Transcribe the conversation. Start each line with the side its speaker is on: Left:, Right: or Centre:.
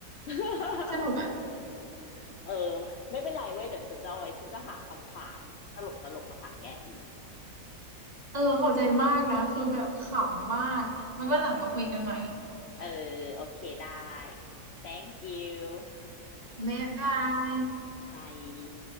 Left: <laughs>
Right: สนุก
Left: เออไม่เป็นไรเว้ยเดี๋ยวฉันจะเอาไว้ฉันจะหาคำถามตลกตลกมาถามแกอีก
Right: เออขอบใจมากนะคือแบบขำมากไว้วันหลังมาคุยกันใหม่
Left: เออโอเคได้ thank you
Right: บ๊ายบาย
Left: bye